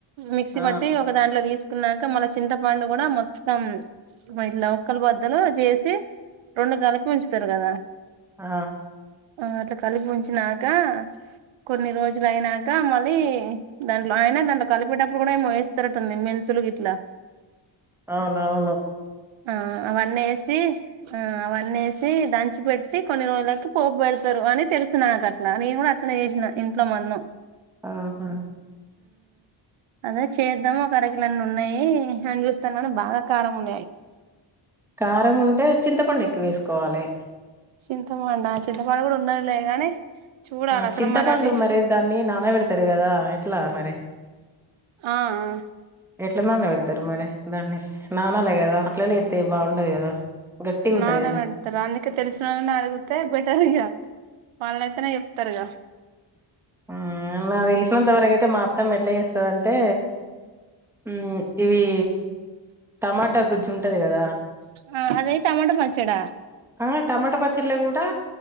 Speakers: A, on the right; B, in the centre.
A: మిక్సీ
B: ఆ
A: పట్టి ఒక దాంట్లో తీసుకొ తీన్నాక మళ్ళ చింతపండు కూడా మొత్తం ఇట్లా లోక్కల బద్దలు చేసి రెండు కలిపి ఉంచుతారు కదా
B: ఆ.
A: ఆ అట్లా కలిపి ఉంచినాక కొన్ని రోజులైనాక మళ్లీ దాంట్లో అయినా దాంట్లో కలిపేటప్పుడు. కూడా ఏమో ఏస్తారంట కదా మెంతులు గిట్ల.
B: అవును అవును
A: ఆ అవన్నీ వేసి ఆ అవన్నీసి దంచిపెట్టి కొన్ని రోజులకు పోపు పెడతారు అని తెలుసు నాకట్ల నేను కూడా అట్లనే చేసేదాన్ని ఇంట్లో మందం.
B: ఆహ
A: అదే చేద్దాం ఒక అరకిలన్నీ ఉన్నాయి అని చూస్తాను బాగా కారం ఉన్నాయి.
B: కారం ఉంటే చింతపండు ఎక్కువ వేసుకోవాలె
A: చింతపండు చింతపండు కూడా ఉన్నదిలే గాని చూడాలి
B: ఆ
A: అసలు
B: చింతపండు
A: మరి అవి
B: మరె దాన్ని నానబెడతారు కదా ఎట్లా మరి
A: ఆ ఆ.
B: ఎట్ల నాన్న పెడతారు మరి దాన్ని నాన్న లే కదా అట్లనే ఎత్తే ఏం బాగుండదు కదా. గట్టిగా
A: నాన్న
B: ఉంటది కదా
A: పెడతారు అందుకే తెలిసినోళ్ళని అడుగుతే బెటర్ ఇగ వాళ్లయితేనే చెప్తారు గా.
B: మ్మ్ నాక్ తెలిసినంతవరకు అయితే మా అత్తమ్మే. ఎట్లా చేస్తది అంటే ఉమ్ ఇవి టమాటా గుజ్జు ఉంటది కదా.
A: ఆ అది టమాటా పచ్చడ.
B: ఆ టమాట పచ్చడిలా కూడా